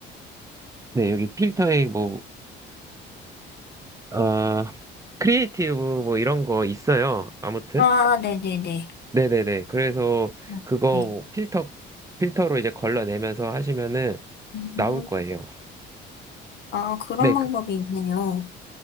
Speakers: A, on the right; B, on the left.
A: 네, 여기 필터에 뭐, 어, 크리에이티브 뭐 이런 거 있어요. 아무튼.
B: 아, 네네네.
A: 네네네. 그래서
B: 어,
A: 그거
B: 네.
A: 필터, 필터로 이제 걸러내면서 하시면은
B: 음,
A: 나올 거예요.
B: 아, 그런
A: 네, 그
B: 방법이 있네요.